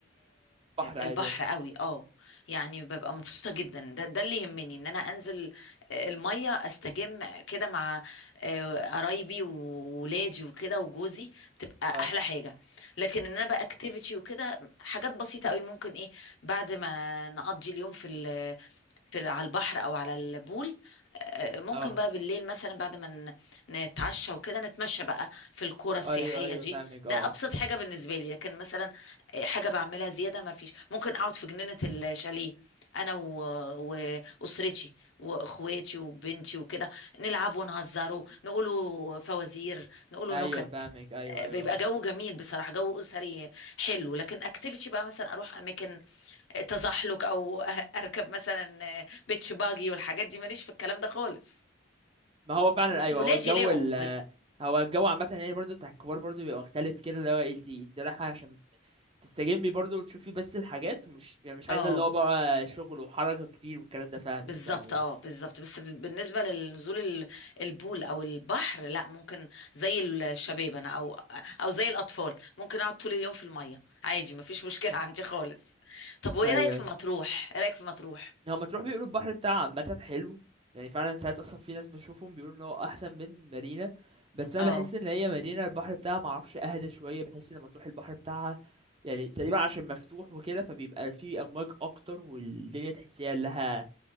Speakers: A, on the right; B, on the left.
A: بحر عادي
B: البحر
A: اه
B: قوي اه يعني ببقى مبسوطة جدا ده ده اللي يهمني ان انا انزل آه، المية استجم كده مع آه، قرايبي وولادي وكده وجوزي بتبقى
A: اه
B: احلى حاجة لكن ان انا بقى اكتيفيتي وكده حاجات بسيطة قوي ممكن ايه بعد ما نقضي اليوم في ال في ال- على البحر او على البول آه، ممكن
A: اه
B: بقى بالليل مثلا بعد ما ن- نتعشى وكده نتمشى بقى في القرى السياحية
A: ايوه ايوه
B: دي
A: فاهمك
B: ده
A: اه
B: ابسط حاجة بالنسبة لي لكن مثلا حاجه بعملها زياده ما فيش ممكن اقعد في جنينه الشاليه انا و... واسرتي واخواتي وبنتي وكده نلعب ونهزروا نقولوا فوازير نقولوا
A: ايوه
B: نكت
A: فاهمك ايوه
B: آه،
A: ايوه
B: بيبقى
A: اه
B: جو جميل بصراحه جو اسري حلو لكن اكتيفيتي بقى مثلا اروح اماكن تزحلق او <laughs> اركب مثلا آه، بيتش باجي والحاجات دي ماليش في الكلام ده خالص
A: ما هو فعلا
B: بس
A: ايوه
B: ولادي
A: هو الجو
B: ليهم
A: ال
B: وال-
A: هو الجو عامة يعني برضه بتاع الكبار برضه بيبقى مختلف كده اللي هو إيه، انت انت رايحة عشان تستجمي برضه وتشوفي بس الحاجات مش يعني مش
B: اه
A: عايزة اللي هو بقى شغل وحركة كتير والكلام ده فاهمك
B: بالظبط
A: فاهمك
B: اه بالظبط بس ب- بالنسبه للنزول ال- البول او البحر لا ممكن زي الشباب انا او او زي الاطفال ممكن اقعد طول اليوم في الميه عادي ما فيش مشكله <laughs> عندي خالص طب وايه
A: ايوه
B: رايك في
A: ايوه
B: مطروح ايه رايك في مطروح
A: هو ما تروح بيقولوا البحر بتاعها عامة حلو يعني فعلا ساعات اصلا في ناس بشوفهم بيقولوا ان هو احسن من مارينا بس انا
B: اه
A: بحس ان هي مارينا البحر بتاعها معرفش اهدى شوية بحس ان لما تروح البحر بتاعها يعني تقريبا عشان مفتوح وكده فبيبقى فيه امواج اكتر والدنيا تحسيها لها